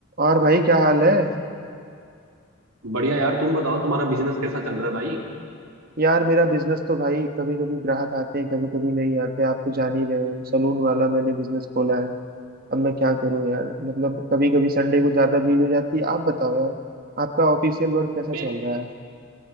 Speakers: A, on the right (about 45°); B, on the right (about 80°).
A: और भाई क्या हाल है
B: बढ़िया यार तुम बताओ तुम्हारा बिजनेस कैसा चल रहा है भाई
A: यार मेरा बिजनेस तो भाई कभी कभी ग्राहक आते हैं कभी कभी नहीं आते आप तो जान ही रहे हो सलून वाला मैंने बिजनेस खोला है अब मैं क्या करूं यार मतलब कभी कभी संडे को ज्यादा भीड़ हो जाती है आप बताओ यार आपका ऑफिशियल वर्क कैसा
B: मैं
A: चल रहा है